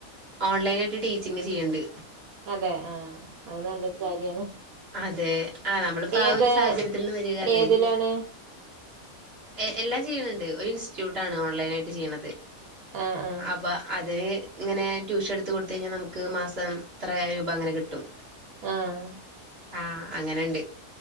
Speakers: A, on the right; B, on the right.
A: ഓൺലൈൻ ആയിട്ട് ടീച്ചിങ് ചെയ്യ്ണ്ട്.
B: അതെ ആഹ്, അത് നല്ലൊരു കാര്യാണ്.
A: അതെ ആഹ് നമ്മളിപ്പോ
B: ഏത്
A: ആഹ് ഒരു സാഹചര്യത്തിൽ നിന്ന് വരികാരണേ-
B: ഏതിലാണ്
A: എ എല്ലാം ചെയ്യണണ്ട് ഒരു ഇൻസ്റ്റിറ്റ്യൂട്ടാണ് ഓൺലൈൻ ആയിട്ട് ചെയ്യണത്-
B: ആഹ്
A: അപ്പ അത് - ഇങ്ങനെ ട്യൂഷൻ എടുത്ത് കൊടുത്ത് കഴിഞ്ഞാൽ നമുക്ക് മാസം ഇത്ര രൂപ അങ്ങനെ കിട്ടും-
B: ആഹ്-
A: ആഹ് അങ്ങനെണ്ട്